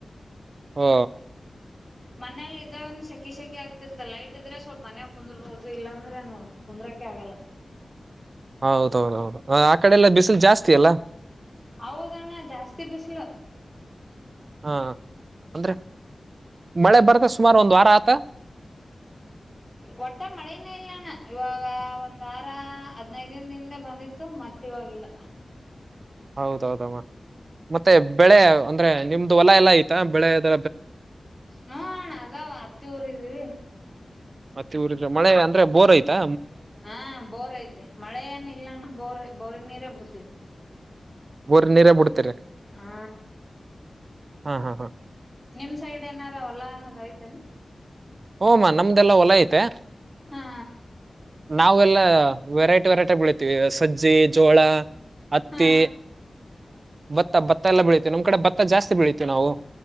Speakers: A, on the right; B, in the centre.
A: ಓ
B: ಮನೇೆಲ್ಲಿ ಇದ್ದಾಗನು ಸೆಕಿ ಸೆಕಿ ಆಗ್ತಿರ್ತ್ತ ಲೈಟ್ ಇದ್ರೆ ಸ್ವಲ್ಪ ಮನೆಲಿ ಕುಂದರ್ಬೋದು ಇಲ್ಲಾಂದ್ರೆನು ಕುಂದ್ರಕೆ ಆಗಲ್ಲ
A: ಹೌದೌದೌದು ಆ ಕಡೆ ಎಲ್ಲ ಬಿಸಿಲು ಜಾಸ್ತಿ ಅಲ್ಲಾ
B: ಹೌದಣ್ಣ ಜಾಸ್ತಿ ಬಿಸಿಲು
A: ಹಾ ಅಂದ್ರೆ ಮಳೆ ಬರ್ತ್ತೆ ಸುಮಾರು ಒಂದ್ ವಾರ ಆತ
B: ಒಟ್ಟೆ ಮಳೆನೇ ಇಲ್ಲಣ ಇವಾಗ ಒಂದ್ ವಾರ ಹದ್ನೈದಿನ ದಿನದಿಂದೆ ಬಂದಿತ್ತು ಮತ್ತ ಇವವಾಗಿಲ್ಲ
A: ಹೌದೌದಮ್ಮ ಮತ್ತೆ ಬೆಳೆ ಒ ಅಂದ್ರೆ ನಿಮ್ದ್ ಹೊಲ ಎಲ್ಲ ಆಯತಾ ಬೆಳೆದ
B: ಹ ನ ಅದವಾ ಅತ್ತಿ ಊರಿದ್ವಿ
A: ಮತ್ತೆ ಇವರು ಇದ್ರೆ ಮಳೆ ಅಂದ್ರೆ ಬೋರ್ ಆಯ್ತಾ
B: ಹಾ ಬೋರ್ ಐತಿ ಮಳೆ ಏನ್ ಇಲ್ಲಣ್ಣ ಬೋರ್ ಬೋರ್ ನೀರ ಬಿಡ್ತೀವಿ
A: ಬೋರಿನ ನೀರು ಬಿಡ್ತರ
B: ಹಾ
A: ಹಾ ಹಾ ಹಾ
B: ನಿಮ್ ಸೈಡ್ ಏನಾರ ಹೊಲ ಅದಐತನ್
A: ಹಓಮ್ಮ ನಮ್ದೆಲ್ಲಾ ಹೊಲ ಐತೆ
B: ಹಾ
A: ನಾವೆಲ್ಲಾ ವೆರೈಟಿ. ವೆರೈಟಿ ಬೆೀಳವಿ ಸಜ್ಜಿ ಜೋಳ ಹತ್ತಿ.
B: ಹಾ
A: ಭತ್ತ ಭತ್ತ ಎಲ್ಲ ಬೆಳೀತಿೀವಿ ನಮ್ ಕಡೆ ಭತ್ತ ಜಾಸ್ತಿ ಬೆಳೀತಿವಿ ನಾವು.